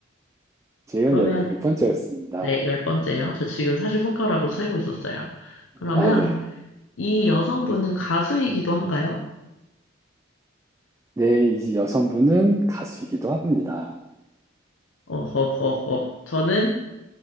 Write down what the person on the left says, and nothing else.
그러면,
네, 열 번째요. 저 지금 사실 손가락으로
세고 있었어요. 그러면
이 여성분은 가수이기도 한가요?
어허허허. 저는